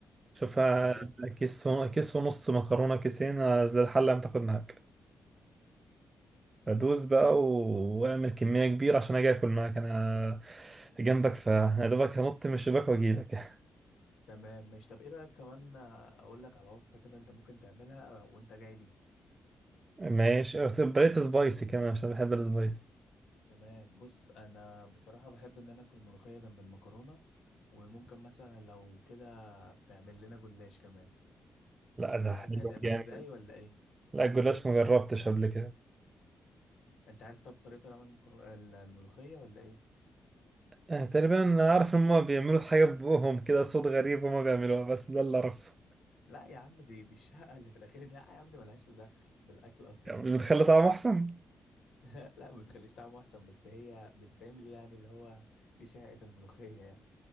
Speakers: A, on the right; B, on the left.
A: شوفها
B: تمام
A: كيس و... كيس ونص مكرونة كيسين زي الحلة اللي تاخد معاك فدوس بقى و... واعمل كمية كبيرة عشان اجي اكل معاك انا جنبك فيا دوبك هنط من الشباك واجيلك
B: تمام مش طب ايه رأيك كمان اقول لك على وصفة كده انت ممكن تعملها وانت جاي لي
A: <laughs> ماشي بقيت سبايسي كمان عشان بحب السبايسي
B: تمام بص انا بصراحة بحب ان انا اكل ملوخية جنب المكرونة وممكن مثلا لو كده تعمل لنا جلاش كمان
A: لا ده
B: عارف
A: حلو
B: هيتعملوا
A: جامد
B: ازاي ولا ايه
A: لا الجلاش مجربتش قبل كده
B: انت عارف طب طريقة العمل المكرو... الملوخية ولا ايه
A: آه، تقريبا عارف ان هما بيعملوا حاجة ببوقهم كده صوت غريب هما بيعملوها بس ده اللي اعرفه
B: لا يا عم دي دي الشقة اللي في الأخير دي لا يا عم دي ملهاش لا دخل بالأكل أصلا
A: يعني مش بتخلي طعمه احسن
B: <laughs> لا ما بتخليش طعمه أحسن بس هي بتتعمل يعني اللي هو دي شقة الملوخية يعني